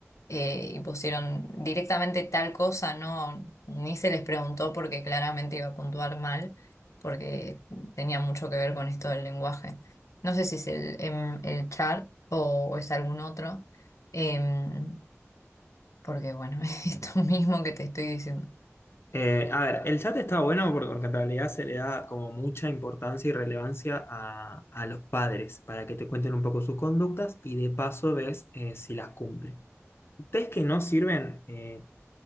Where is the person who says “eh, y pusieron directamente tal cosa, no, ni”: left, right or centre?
Left